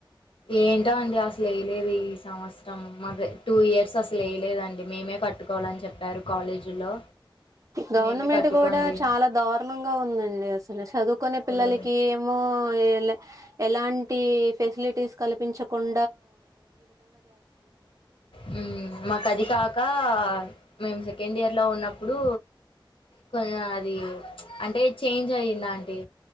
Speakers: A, on the left; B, on the right.
A: ఏంట అండి అసలు లేదు ఈ సమస్య సమ్ అదే టూ ఇయర్స్ లేలేదండి మేమే కట్టుకోవాలని చెప్పారు కాలేజీలో
B: గవర్నమెంట్
A: మేమే కట్టుకోండి
B: కూడా చాలా దారుణంగా ఉందండి అసలు చదువు కునే
A: అసలు
B: పిల్లకి ఏమో ఎలాఎలాంటి ఫెసిలిటీస్ కలిపించకుం
A: హ్మ్ మాకు అది కాకా మేము సెకండ్ ఇయర్ లో ఉన్నప్పుడు కొం అది అంటే చేంజ్ అయ్యింది ఆంటీ